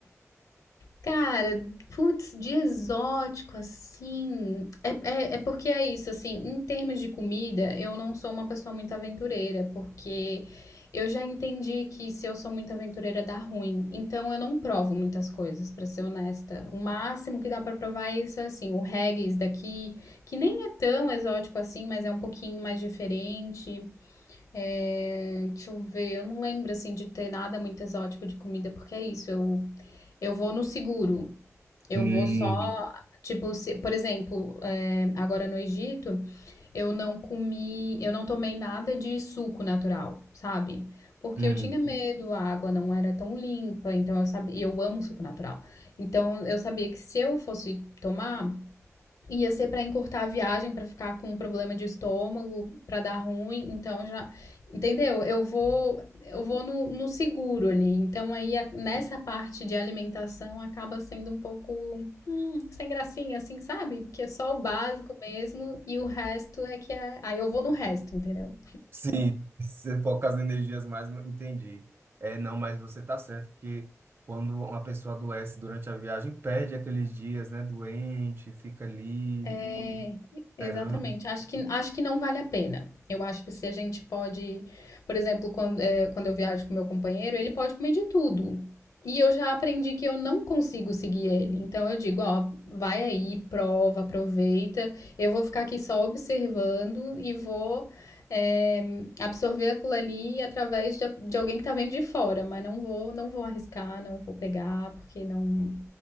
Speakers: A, on the left (about 85°); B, on the right (about 45°).
A: Cara, putz, de exótico, assim. É, é, é porque é isso, assim, em termos de comida, eu não sou uma pessoa muito aventureira, porque eu já entendi que se eu sou muito aventureira dá ruim. Então eu não provo muitas coisas, pra ser honesta. O máximo que dá pra provar é isso, é assim, o haggis daqui, que nem é tão exótico assim, mas é um pouquinho mais diferente. É, deixa eu ver, eu não lembro assim de ter nada muito exótico de comida, porque é isso, eu, eu vou no seguro. Eu
B: Hum,
A: vou só, tipo, se- por exemplo, é, agora no Egito, eu não comi, eu não tomei nada de suco natural, sabe? Porque
B: hum,
A: eu tinha medo, a água não era tão limpa, então eu sabia, e eu amo suco natural. Então eu sabia que se eu fosse tomar, Ia ser pra encurtar a viagem, pra ficar com um problema de estômago, pra dar ruim, então já, entendeu? Eu vou eu vou no, no seguro ali. Então aí a- nessa parte de alimentação acaba sendo um pouco hum, sem gracinha, assim, sabe? Porque é só o básico mesmo e o resto é que é. Aí eu vou no resto, entendeu?
B: Sim, você foca as energias mais, não entendi. É, não, mas você está certo, porque quando uma pessoa adoece durante a viagem, perde aqueles dias, né, doente, fica ali
A: É,
B: esperando.
A: exatamente. Acho que, acho que não vale a pena. Eu acho que se a gente pode, por exemplo, quando, eh, quando eu viajo com meu companheiro, ele pode comer de tudo. E eu já aprendi que eu não consigo seguir ele. Então eu digo, ó, vai aí, prova, aproveita. Eu vou ficar aqui só observando e vou, eh, absorver aquilo ali através de, de alguém que tá vendo de fora, mas não vou, não vou arriscar, não vou pegar, porque não,